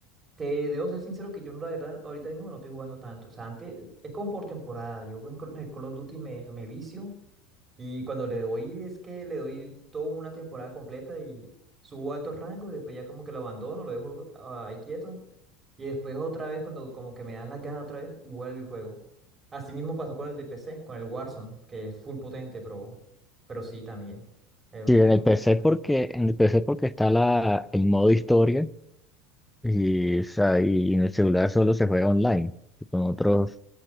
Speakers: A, on the right; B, in the centre.
A: Te debo ser sincero que yo la verdad ahorita mismo no estoy jugando tanto. O sea, antes es como por temporada. Yo en, Call- en el Call of Duty me, me vicio Y cuando le doy, es que le doy toda una temporada completa y subo a altos rangos y después ya como que lo abandono, lo dejo ah, ahí quieto. Y después otra vez, cuando como que me dan las ganas otra vez, vuelvo y juego. Así mismo pasó con el de P C con el Warzone, que es full potente, pero, pero sí también. Es
B: Sí,
A: como
B: en el
A: interesante.
B: PC porque, en el PC porque está la, el modo historia y, o sea, y en el celular solo se juega online con otros